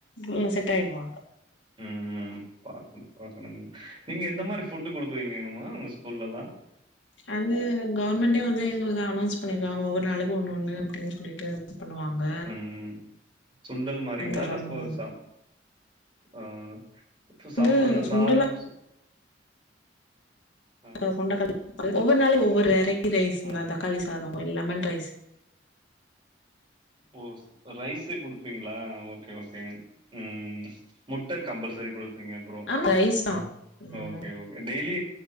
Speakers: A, on the left; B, on the right.
A: ம் செட்டாயிடுவாங்க
B: ம் ம் பாக்கணு பாக்கணுங்க நீங்க எந்த
A: ம்
B: மாரி ஃபுட் குடுக்குறீங்கம்மா உங்க ஸ்கூல்லெல்லா
A: அதுவே கவர்மெண்ட்டே வந்து எங்களுக்கு வந்து அன்னோன்ஸ் பண்ணிருக்காங்க ஒவ்வொரு நாளைக்கு ஒண்ணு ஒண்ணு அப்டின் சொல்லிட்டு ஸ் பண்ணுவாங்க
B: ம் சுண்டல் மாறீங்களா
A: தரணும்
B: இல்ல ஃபோர்ஸா ஆ சம் சாம்
A: வந்து
B: அந்த
A: சுண்டலா
B: சாதம் ஸ் ஆ
A: ல கொண்ட கட் ஒவ்வொரு நாளும் ஒவ்வொரு வெரைட்டி ரைஸ்
B: ஆ
A: ங்க தக்காளி சாதோ லெமன் ரைஸ்
B: ஓ ரைஸே குடுப்பீங்ளா ஓகே ஓகேங்க ம் முட்ட கம்பல்சரி குடுப்பீங்க அப்றோ
A: ஆமா
B: ஓகே
A: ரைஸ் தான் ம்
B: ஓகே ஓகே டெய்லி